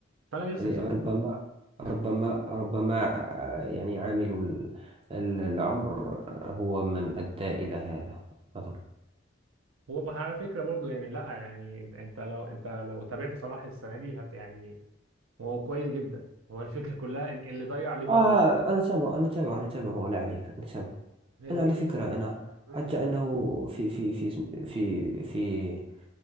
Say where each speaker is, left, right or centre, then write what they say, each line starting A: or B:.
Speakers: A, on the right; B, on the right.
A: فأنا نفسي
B: ربما
A: بصراحة <laughs>
B: ربما ربما آه، يعني عامل ال- ال- العمر هو من أدى إلى هذا أظن
A: هو بقى على فكرة برضو يعني لا يعني انت أنت لو انت لو تابعت صلاح السنة دي هت يعني هو كويس جدا هو الفكرة كلها ان اللي ضيع ليفربول
B: آه أنا أتابعه أنا أتابعه أنا أتابعه ولا عليك أنا أتابعه
A: اللي
B: أنا على
A: ضيع
B: فكرة أنا
A: مم.
B: حتى أنه في في في في في